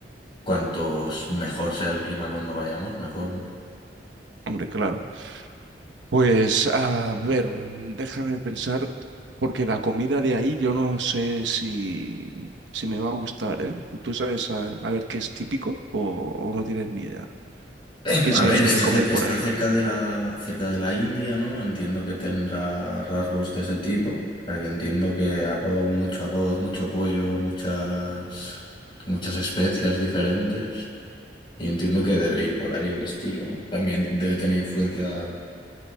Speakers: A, on the left; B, on the right.
A: cuantos mejor sea el clima cuando vayamos, mejor, ¿no?
B: Hombre, claro. Pues a ver, mm, déjame pensar, porque la comida de ahí yo no sé si, si me va a gustar, ¿eh? ¿Tú sabes a, a ver qué es típico o, o no tienes ni idea?
A: Em,
B: ¿Qué
A: a
B: se
A: ver,
B: suele
A: está,
B: comer
A: cer-
B: por
A: está
B: ahí?
A: cerca de la, cerca de la India, ¿no? Entiendo que tendrá rasgos de ese tipo. O sea, que entiendo que arroz, mucho arroz, mucho pollo, muchas, muchas especias diferentes. Y entiendo que debe ir por ahí el estilo, ¿no? También debe tener influencia